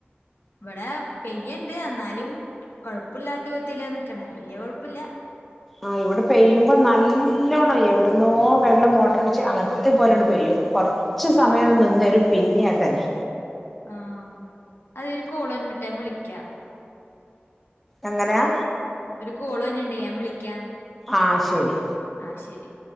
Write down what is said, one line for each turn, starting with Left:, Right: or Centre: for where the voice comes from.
Left: ഇവടെ പെയ്യുണ്ട് എന്നാലും കൊഴപ്പല്ലാത്ത വിധത്തില നിക്കണേ വല്യ കൊഴപ്പല്ല.
Centre: ആ ഇവടെ പെയ്യുമ്പോ നല്ലോണം. എവ്ടന്നോ വെള്ളം മോട്ടർ അടിച്ച് അത് പോലെണ്ട് പെയ്യും. കൊറ കൊർച്ച് സമയം നിന്നരും പിന്നിം അതന്നെ.
Left: ആ അതെ ഒരു കോള് വര്ന്ണ്ട് ട്ടാ ഞാൻ വിളിയ്ക്ക.
Centre: എങ്ങനെയാ
Left: ഒരു കോള് വര്ന്ണ്ട് ഞാൻ വിളിക്കാം.
Centre: ആഹ് ശരി.
Left: ആഹ് ശരി.